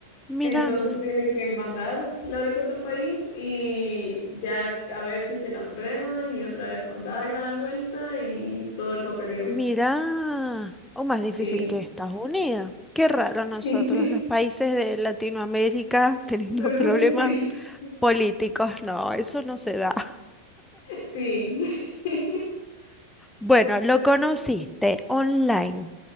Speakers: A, in the centre; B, on the left.
A: mira,
B: Entonces tiene que mandar la visa a otro país y ya a ver si se la aprueban y otra vez mandarla de vuelta y todo el papeleo.
A: mira, o más difícil
B: Sí,
A: que Estados Unidos. Qué raro
B: sí,
A: nosotros, los países de Latinoamérica
B: <laughs>
A: <laughs> teniendo
B: ¿verdad
A: problemas
B: que sí? <laughs>
A: políticos, no, eso no se da. <laughs>
B: Sí, <laughs>
A: Bueno, lo
B: pero
A: conociste
B: sí,
A: online